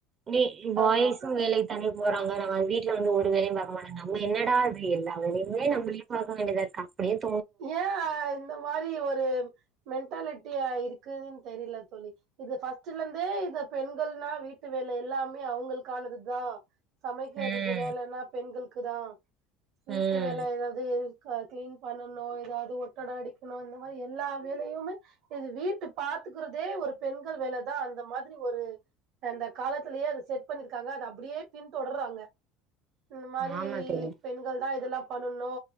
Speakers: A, on the right (about 30°); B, on the right (about 55°).
A: நீ பாய்ஸும்
B: ஆமா
A: வேலை தானே போறாங்க நம் வீட்டு வந்து ஒரு வேலயும் பாக்க மாட்டாங்க நம்ம என்னடா இது எல்லா வேலையுமே நம்மளையும் பாக்க வேண்டியத இருக்கு அப்டின்
B: ஏ ஆ இந்த மாரி ஒரு மென்டாலிட்டியா இருக்குதுன்னு தெரியில தோழி இது ஃபஸ்ட்ல இருந்தே இந்த பெண்கள்னா வீட்டு வேலை எல்லாமே அவ்ங்களுக்கானது தான் சமைக்கிறது
A: ம்
B: வேலன்னா பெண்கள் க்குதா வீட்டு
A: ம்
B: வேல ஏதாவது இரு கா கிளீன் பண்ணணு னோ ஏதாவது ஒட்டட அடிக்கணும் அந்த மாரி எல்லா வேலையுமே இது வீட்டு பாத்துக்கிறதே ஒரு பெண்கள் வேலதான் அந்த மாதிரி ஒரு அந்த காலத்திலேயே அது செட் பண்ணிருக்காங்க அது அப்படியே பின்தொடர்றாங்க. இந்த மாரி
A: ஆமா தோழி
B: பெண்கள் தா இதெல்லாம் பண்ணனோ